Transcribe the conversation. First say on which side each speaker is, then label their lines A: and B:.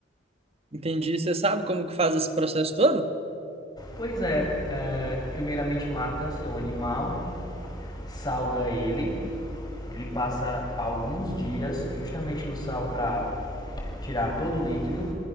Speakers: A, on the right (about 30°); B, on the left (about 20°).
A: Entendi. Você sabe como que faz esse processo todo?
B: Pois é, é, primeiramente mata seu animal, salga ele, ele passa alguns dias justamente no sal para tirar todo o líquido